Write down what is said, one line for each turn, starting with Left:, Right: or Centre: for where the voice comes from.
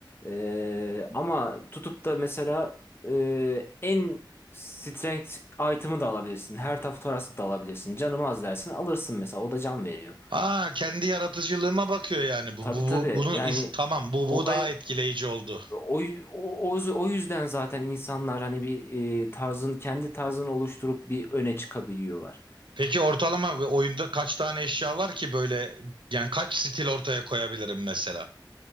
Left: Ee, ama tutup da mesela e, en strength item'ı da alabilirsin. Her taraf Thorax da alabilirsin. Canım az dersin alırsın mesela o da can veriyor.
Right: Aa kendi yaratıcılığıma bakıyor yani bu
Left: Tabii
Right: bu,
Left: tabii
Right: bu- bunu
Left: yani
Right: is- tamam bu bu
Left: olay
Right: daha etkileyici oldu.
Left: O, o, o o yüzden zaten insanlar hani bir e, tarzın kendi tarzını oluşturup bir öne çıkabiliyorlar.
Right: Peki ortalama ve oyunda kaç tane eşya var ki böyle yani kaç stil ortaya koyabilirim mesela?